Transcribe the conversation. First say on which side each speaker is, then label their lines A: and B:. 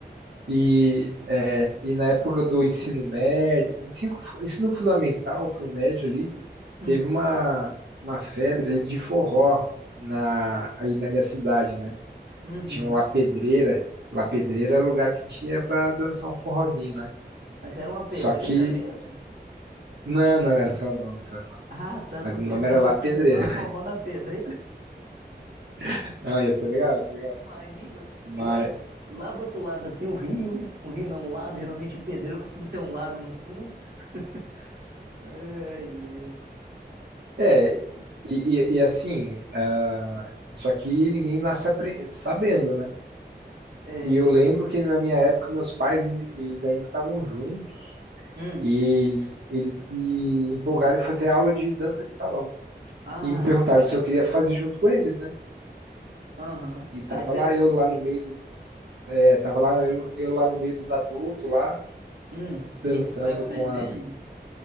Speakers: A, on the right; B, on the right.
A: E, é, e na época do ensino médio, ensino, fu- ensino fundamental pro médio ali,
B: Hum,
A: teve uma, uma febre ali de forró na, ali na minha cidade, né?
B: uhum.
A: Tinha um La Pedreira. La Pedreira era o lugar que a gente ia pra dançar um forrozinho, né?
B: Mas era uma pedreira
A: Só que
B: mesmo?
A: Não, não, era só o nome, só o nome.
B: Ah, tá,
A: Mas
B: tô
A: o
B: pensando
A: nome era lá
B: que você
A: Pedreira.
B: não tava forró na pedreira. <laughs>
A: <laughs> Não, ia ser legal, ia ser legal.
B: Imagina.
A: Mas,
B: E lá, no- lá do outro lado, assim, um rio, né? Um rio não, um lago. Geralmente em pedreira costuma ter um lago no fundo. <laughs> Ai, ai.
A: é, e, e- e assim, ah, só que ninguém nasce apre- sabendo, né?
B: É.
A: E eu lembro que na minha época meus pais in- eles ainda estavam juntos
B: Hum.
A: e eles, eles se empolgaram em fazer aula de dança de salão.
B: Ah,
A: E me perguntaram se eu queria fazer junto com eles, né?
B: aham.
A: E tava
B: Aí você
A: lá
B: foi.
A: eu lá no meio, do, é, tava lá eu, eu lá no meio dos adultos lá,
B: Hum,
A: dançando
B: e aí você foi aprendendo?
A: com as